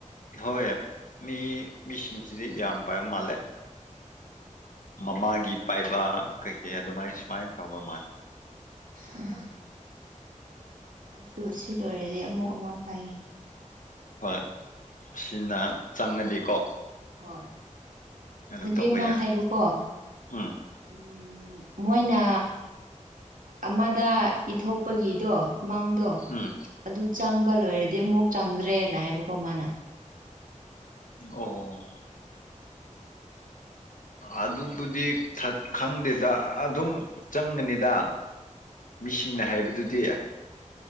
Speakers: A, on the left (about 80°); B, on the right (about 90°).
A: ꯍꯣꯏ ꯃꯤ ꯃꯤꯁꯤꯡꯁꯤꯗꯤ ꯌꯥꯝ ꯄꯥꯏꯕ ꯃꯥꯜꯂꯦ ꯃꯃꯥꯒꯤ ꯄꯥꯏꯕ ꯀꯩꯀꯩ ꯑꯗꯨꯃꯥꯏ ꯁꯨꯃꯥꯏꯅ ꯇꯧꯕ ꯃꯥꯜꯂꯦ
B: ꯎꯝ ꯑꯩꯁꯨ ꯁꯤ ꯂꯣꯏꯔꯗꯤ ꯑꯃꯨꯛ ꯑꯃ ꯄꯥꯏꯒꯦ
A: ꯍꯣꯏ ꯁꯤꯅ ꯆꯪꯉꯗꯤꯀꯣ
B: ꯍꯣꯏ
A: ꯑꯗꯨ ꯇꯧꯕ
B: ꯑꯃ
A: ꯌꯥꯅꯤ
B: ꯍꯥꯏꯕꯀꯣ
A: ꯎꯝ
B: ꯎꯝ ꯃꯣꯏꯅ ꯑꯃꯗ ꯏꯊꯣꯛꯄꯒꯤꯗꯣ ꯃꯥꯎꯟꯗꯣ
A: ꯎꯝ
B: ꯑꯗꯨ ꯆꯥꯡ ꯂꯣꯏꯔꯗꯤ ꯑꯃꯨꯛ ꯆꯥꯡꯗ ꯇ꯭ꯔꯦꯅ ꯍꯥꯏꯕꯀꯣ ꯃꯥꯅ
A: ꯑꯣ ꯑꯗꯨꯕꯨꯗꯤ ꯈꯪꯗꯦꯗ ꯑꯗꯨꯝ ꯆꯪꯒꯅꯤꯗ ꯃꯤꯁꯤꯡꯅ ꯍꯥꯏꯕꯗꯨꯗꯤ